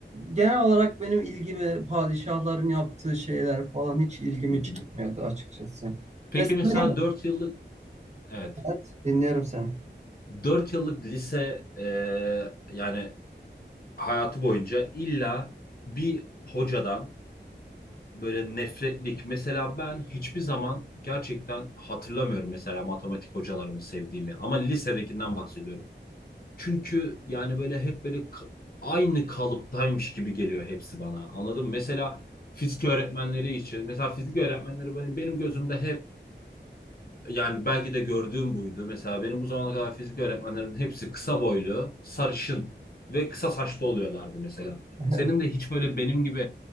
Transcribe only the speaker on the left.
hı hı.
Peki
mesela
4 yıllık evet
4 yıllık lise e, yani hayatı boyunca illa bir hocadan böyle nefretlik mesela ben hiçbir zaman gerçekten hatırlamıyorum mesela matematik hocalarımı sevdiğimi ama lisedekinden bahsediyorum. Çünkü yani böyle hep böyle k- aynı kalıptaymış gibi geliyor hepsi bana. Anladın mı? Mesela fizik öğretmenleri için. Mesela fizik öğretmenleri benim, benim gözümde hep yani belki de gördüğüm buydu. Mesela benim bu zamana kadar fizik öğretmenlerinin hepsi kısa boylu, sarışın ve kısa saçlı oluyorlardı mesela.
Senin de hiç böyle benim gibi